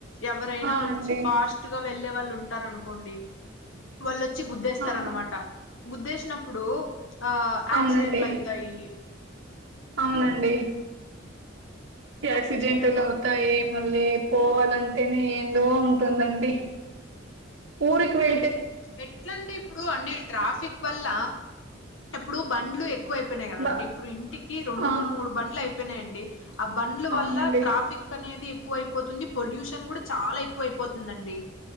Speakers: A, on the left (about 75°); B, on the right (about 75°).
A: ఎవరైనా
B: ఆ
A: వచ్చి
B: అండి
A: ఫాస్ట్ గా వెళ్ళే వాళ్ళు ఉంటారు అనుకోండి వాళ్ళోచ్చి గుద్దేస్తారు
B: ఆ
A: అనమాట. గుద్దేసినప్పుడు ఆ
B: అవునండి
A: యాక్సిడెంట్లు అయితాయి.
B: అవునండి యాక్సిడెంట్ల్ అవుతాయి మళ్ళీ పోవాలంటేనే ఏందో ఉంటుందండి ఊరుకి వె
A: ఎట్లాంటే ఇప్పుడు అండి ట్రాఫిక్ వల్ల ఇప్పుడు బండ్లు ఎక్కువ అయిపోయినాయి కదండి,
B: బ
A: ఇప్పుడు ఇంటికి రెండు
B: ఆ
A: మూడు బండ్లు అయిపోయినాయండి. ఆ బండ్లు
B: అవునండి
A: వల్ల ట్రాఫిక్ అనేది ఎక్కువ అయిపోతుంది పొల్యూషన్ కూడా చాలా ఎక్కువ అయిపోతుందండి.